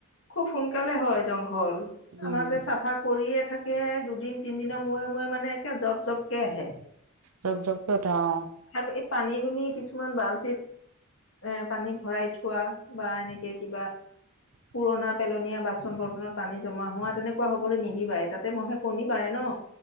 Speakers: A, on the left; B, on the right.
A: খুব সোনকালে হয় জংঘল,
B: উম
A: আমাৰ যে চাফা কৰিয়ে থাকে, দুদিন তিনিদিনৰ মূৰে মূৰে মানে একে জব জবকৈ আহে
B: জপ-জপ কৈ উঠে অ'
A: <unintelligible> এই পানীদোনী‌, কিছুমান বাল্টিত এ' পানী ভৰাই থোৱা বা এনেকে কিবা
B: <inaudible>
A: পুৰণা পেলনীয়া বাচন-বৰ্তনত পানী জমা হোৱা তেনেকুৱা হবলৈ নিদিবাই, তাতে মহে কণী পাৰে ন'